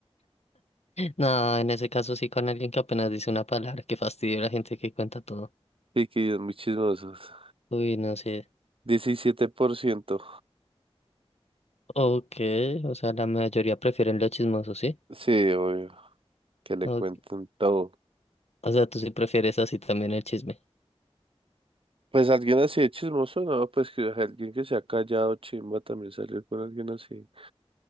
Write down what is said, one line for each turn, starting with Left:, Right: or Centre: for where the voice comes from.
Left: No, en ese caso sí con alguien que apenas dice una palabra, que fastidio la gente que cuenta todo.
Right: Sí, que ellos muy chismosos.
Left: Uy, no sé.
Right: diecisiete por ciento,
Left: Ok, o sea, la mayoría prefieren lo chismoso, ¿sí?
Right: Sí, obvio, que le
Left: O,
Right: cuenten todo.
Left: o sea, tú sí prefieres así también el chisme.
Right: Pues alguien así de chismoso, no, pues que alguien que se ha callado, chimba, también salir con alguien así.